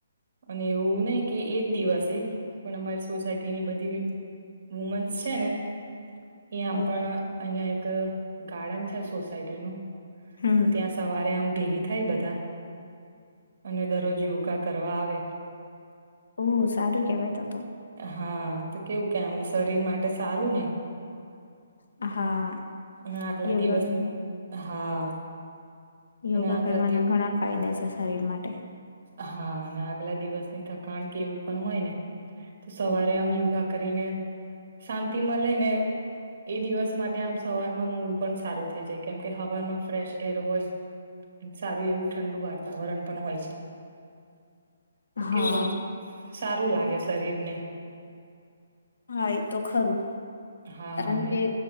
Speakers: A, on the right (about 50°); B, on the left (about 80°).
A: અને એવું નહી કે એજ દિવસ. તે પણ અમારી સોસાયટીની બધી વુમન્સ છેને એ આમ
B: ઓહ
A: પણ અહિયાં એક ગાર્ડન છે સોસાયટીનું.
B: હમ
A: ત ત્યાં સવારે આમ ભેગી થાય બધા અને દરરોજ યોગા કર કરવા આવે.
B: ઓહ સારું કેવાય તો તો
A: હા તો કેવું કે આમ શરીર માટે સારું ને.
B: હા.
A: અમે આગલા
B: યોગા
A: દિવસની હા.
B: યોગા
A: અને આગલા
B: કરવાના
A: દિવ
B: ઘણા ફાયદા છે શરીર માટે.
A: હા અને આગલા દિવસની થકાણ કે એવું પણ હોય ને તો સવારે આમ યોગા કરીને શાંતિ મળે ને એ દિવસ માટે આમ સવારમાં મૂડ પણ સારું થઈ જાય કેમ કે હવામાં ફ્રેશ એર હોય સારું એવું ઠંડુ વાતાવરણ પણ હોય છે. તો
B: હા
A: કેવું આમ સારું લાગે શરીરને.
B: હા એ તો ખરું.
A: હા
B: કારણ
A: અને
B: કે